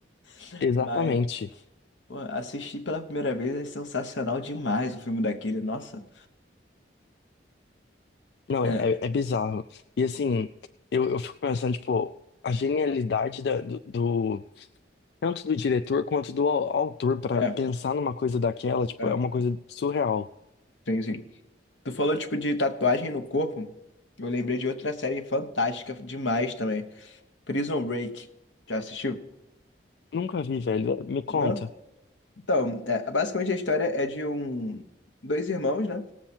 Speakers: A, on the left; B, on the left.
A: <laughs>
B: Exatamente.
A: Mas, pô, assistir pela primeira vez é sensacional demais o filme daquele, nossa.
B: Não,
A: É,
B: é, é é bizarro. E assim, eu, eu fico pensando, tipo, a genialidade da- do, do- tanto do diretor quanto do au- autor pra
A: é,
B: pensar numa coisa daquela, tipo,
A: é,
B: é uma coisa surreal.
A: sim, sim. Tu falou, tipo, de tatuagem no corpo. Eu lembrei de outra série fantástica demais também. Prison Break. Já assistiu?
B: Nunca vi, velho. Me conta.
A: Não? Então, é, basicamente a história é de um... Dois irmãos, né?